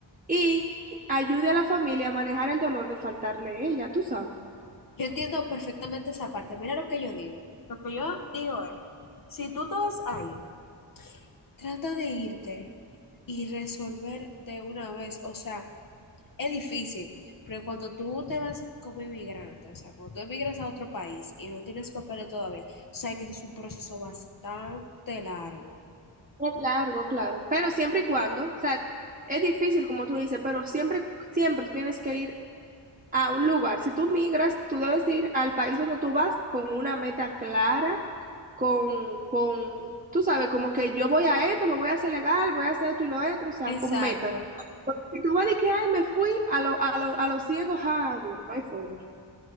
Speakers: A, on the right; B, on the left.
A: y ayude a la familia a manejar el dolor de faltarle a ella, tú sabes.
B: Yo entiendo perfectamente esa parte, mira lo que yo digo. Lo que yo digo es, si tú te vas a ir, trata de irte y resolver de una vez, o sea... es difícil, pero cuando tú te vas como inmigrante, o sea, cuando tú emigras a otro país y no tienes papeles todavía, sabes que eso es un proceso bastante largo.
A: Es largo, claro, pero siempre y cuando, o sea, es difícil como tú dices, pero siempre, siempre tú tienes que ir a un lugar. Si tú migras, tú debes ir al país donde tú vas con una meta clara, con, con, tú sabes, como que yo voy a esto, me voy a hacer legal, voy a hacer esto y lo otro, o sea,
B: Exacto.
A: con metas. Porque Si tú vas de que, ay, me fui a lo, a lo, a los ciegos, ¡adiós! no hay forma.